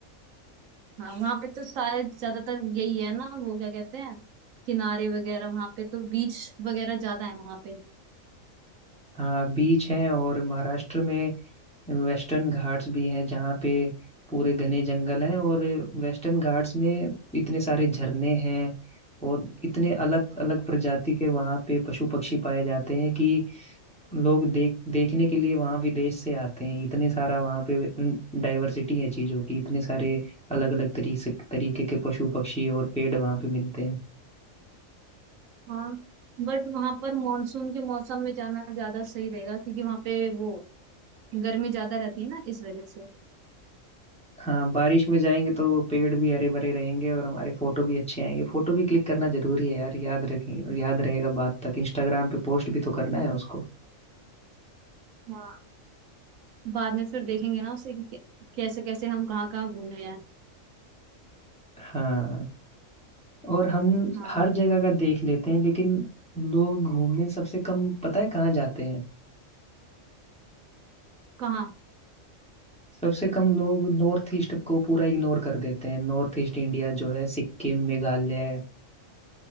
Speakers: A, on the right; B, in the centre.
A: हाँ वहां पे तो सारे ज्यादातर यही है ना वो क्या कहते हैं किनारे वगैरह वहां पे तो बीच वगैरह ज्यादा है वहां पे
B: हाँ बीच है और महाराष्ट्र में वेस्टर्न घाट्स भी हैं जहाँ पे पूरे घने जंगल हैं और वेस्टर्न घाट्स में इतने सारे झरने हैं और इतने अलग अलग प्रजाति के वहाँ पे पशु पक्षी पाए जाते हैं कि लोग देख देखने के लिए वहाँ विदेश से आते हैं इतने सारा वहाँ पे डाइवर्सिटी है चीज़ों की इतने सारे अलग अलग तरीके तरीके के पशु पक्षी और पेड़ वहाँ पे मिलते हैं
A: हाँ बट वहां पर मानसून के मौसम में जाना ज्यादा सही रहेगा क्योंकि वहां पे वो गर्मी ज्यादा रहती है ना इस वजह से
B: हाँ बारिश में जाएंगे तो वो पेड़ भी हरे भरे रहेंगे और हमारे फोटो भी अच्छे आएंगे फोटो भी क्लिक करना जरूरी है यार याद रखें याद रहेगा बाद तक इंस्टाग्राम पे पोस्ट भी तो करना है उसको
A: हाँ बाद में फिर देखेंगे ना उसे कि कैसे कैसे हम कहाँ कहाँ घूमे हैं
B: हाँ और हम
A: हाँ
B: हर जगह का देख लेते हैं लेकिन लोग घूमने सबसे कम पता है कहाँ जाते हैं
A: कहाँ
B: सबसे कम लोग नॉर्थ ईस्ट को पूरा इग्नोर कर देते हैं नॉर्थ ईस्ट इंडिया जो है सिक्किम मेघालय